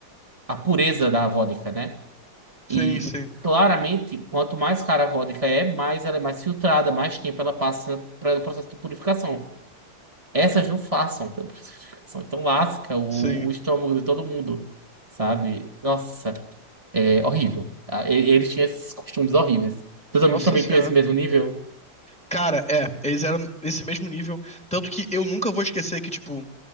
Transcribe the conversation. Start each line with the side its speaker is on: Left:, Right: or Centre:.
Right: a pureza da vodka, né?
Centre: Sim,
Right: E
Centre: sim,
Right: claramente, quanto mais cara a vodka é, mais ela é mais filtrada, mais tempo ela passa pelo processo de purificação. Essas não façam pelo processo de educação. Então lasca o,
Centre: sim.
Right: o estômago de todo mundo, sabe? Nossa, é horrível. Ah, e- Eles tinham esses costumes horríveis. Teus
Centre: Nossa
Right: amigos também
Centre: senhora.
Right: tinham esse mesmo nível?
Centre: Cara, é, eles eram nesse mesmo nível. Tanto que eu nunca vou esquecer que, tipo,